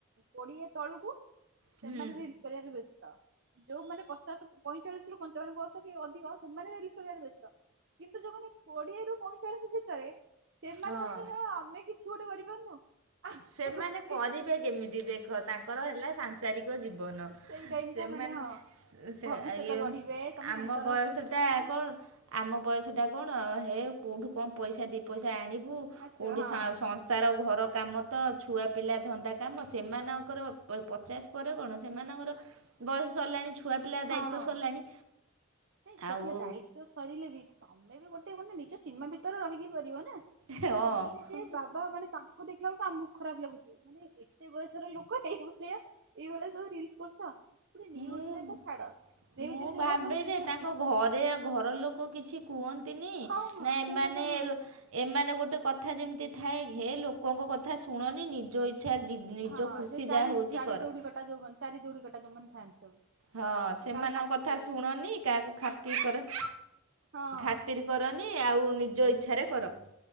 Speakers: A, on the right; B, on the right.
A: କୋଡିଏ ତଳକୁ
B: ହୁଁ
A: ସେମାନେ ରେଲ୍ସ କରିବାରେ ବ୍ୟସ୍ତ ଯୋଉମାନେ ପଚାଶ। ପଇଁଚାଳିଶି ରୁ ପଞ୍ଚାବନ ବର୍ଷ କି ଅଧିକ ସେମାନେ ରିଲସ୍ କରିବା ରେ ବ୍ୟସ୍ତ କିନ୍ତୁ ଯୋଉମାନେ କୋଡିଏରୁ। ପଇଁଚାଳିଶ ଭିତରେ ସେମାନେ
B: ହଁ।
A: ଭାବୁଛନ୍ତି ଆମେ କିଛି ଗୋଟେ କରିପାରୁନୁ। ଆମେ
B: ସେମାନେ
A: ଗୋଟେ
B: କରିବେ କେମିତି ଦେଖ ତାଙ୍କର ହେଲା ସାଂସାରିକ। ଜୀବନ
A: ସେଇ ଟାଇମ
B: ସେମାନେ
A: ଟା ମାନେ ହଁ ଭବିଷ୍ୟତ
B: ଇଏ
A: ଗଢିବେ ତମ
B: ଆମ
A: ସଂସାର
B: ବୟସ।
A: ଭିତରେ
B: ଟା
A: ପଶିବେ
B: କଣ ଆମ ବୟସଟା କଣ ହେ କେଉଁଠୁ କଣ ପଇସା ଦୁଇ ପଇସା ଆଣିବୁ।
A: ଆସିବ
B: କୋଉଠି
A: ହଁ
B: ସଂସାର ଘର କାମ। ତ ଛୁଆପିଲା ଧନ୍ଦା କାମ ସେମାନଙ୍କର ପଚାଶ ପରେ କଣ ସେମାନଙ୍କର ତ। ବୟସ ସରିଲାଣି ଛୁଆ ପିଲା
A: ହଁ
B: ଦାୟିତ୍ୱ ସରିଲାଣି
A: ନାଇଁ ଝିଅ
B: ଆଉ।
A: ପିଲା ଦାୟିତ୍ଵ ସରିଲେ ବି। ତମେ ବି ଗୋଟେ ମାନେ ନିଜ ସୀମା ଭିତରେ ରହିକି କରିବ ନା
B: ହଁ
A: ସିଏ ଯେ ବାବା ମାନେ ତାଙ୍କ। ଦେଖିଲା ବେଳକୁ ଆମକୁ ଖରାପ୍ ଲାଗୁଛି ମାନେ ଏତେ ବୟସର ଲୋକ। ଏଭଳିଆ ଏଇଭଳିଆ ସବୁ ରିଲସ୍ କରୁଛ ପୁଣି ନେୱଜ୍
B: ମୁଁ
A: ରେ ତ। ଛାଡ ନିୟୁଜରେ
B: ମୁଁ ଭାବେ
A: ଯୋଉ ଭଳିଆ ସବୁ ନିୟୁଜ
B: ଯେ
A: ଆସୁଛି
B: ତାଙ୍କ ଘରେ। ଘର ଲୋକ କିଛି କୁହନ୍ତିନି
A: ହଁ ହଁ
B: ନା ଏମାନେ।
A: ସେଇ କଥା କହୁଛି
B: ଏମାନେ ଗୋଟେ କଥା ଯେମିତି ଥାଏ ହେ ଲୋକଙ୍କ କଥା ଶୁଣନି ନିଜ ଇ ଛା ନିଜ
A: ହଁ
B: ଖୁସି
A: ଯୋଉ ଚାରି
B: ଯାହା ହଉଛି
A: ଚାରି
B: କର।
A: ଦୌଡି କଟା ଯୋଉମାନେ ଚାରି ଦୋଡ଼ିିକଟା ଯଉମାନେ ଥାଆନ୍ତି ସବୁ
B: ହଁ
A: ସେମାନେ
B: ସେମାନଙ୍କ
A: କାହାକୁ ଖାତିରି
B: କଥା
A: କରିବେନି
B: ଶୁଣନି କାହାକୁ ଖାତିର କର
A: ହଁ
B: ଖାତିର୍ କରନି
A: ନାଇଁ
B: ଆଉ ନିଜ ଇଚ୍ଛାରେ କର